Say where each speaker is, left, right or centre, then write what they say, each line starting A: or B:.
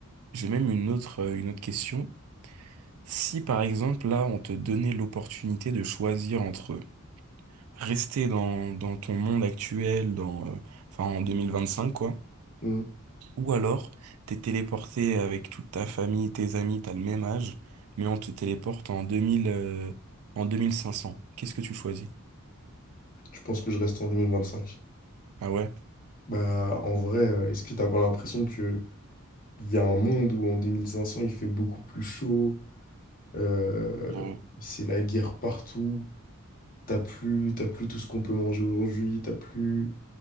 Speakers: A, on the right (about 80°); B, on the left (about 40°).
A: j'ai même une autre, euh, une autre question. Si, par exemple, là, on te donnait l'opportunité de choisir entre rester dans, dans ton monde actuel, dans, euh, enfin, en 2025, quoi,
B: Hmm.
A: Ou alors, t'es téléporté avec toute ta famille, tes amis, t'as le même âge, mais on te téléporte en 2000, euh, en 2500. Qu'est-ce que tu choisis?
B: Je pense que je reste en 2025.
A: Ah ouais?
B: Bah, en vrai, euh, est-ce que t'as pas l'impression que il y a un monde où en 2500 il fait beaucoup plus chaud, euh,
A: Non.
B: c'est la guerre partout, t'as plus, t'as plus tout ce qu'on peut manger aujourd'hui, t'as plus